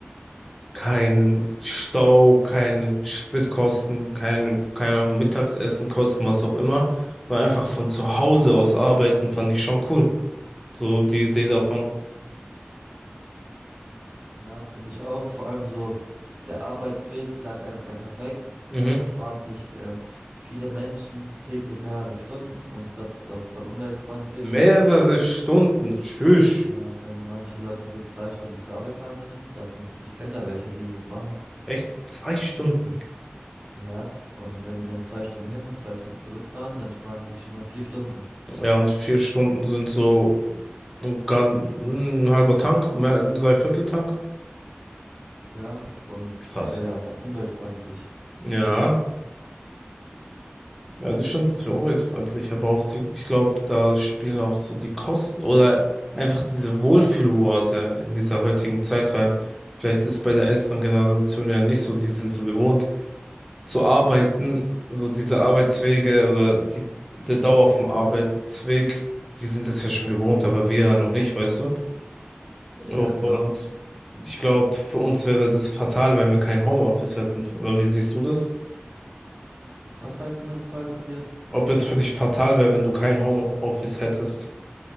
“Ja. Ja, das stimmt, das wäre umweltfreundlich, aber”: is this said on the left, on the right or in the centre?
Centre